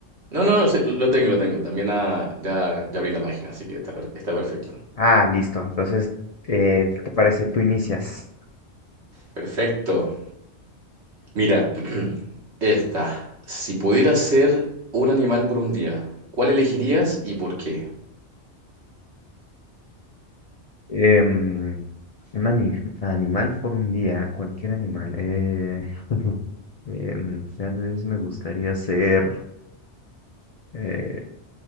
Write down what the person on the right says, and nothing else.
No, no, no, sí, lo lo tengo, lo tengo. También ah, ya, ya abrí la página, así que está, per- está perfecto.
Perfecto. Mira, esta. Si pudieras ser un animal por un día, ¿cuál elegirías y por qué?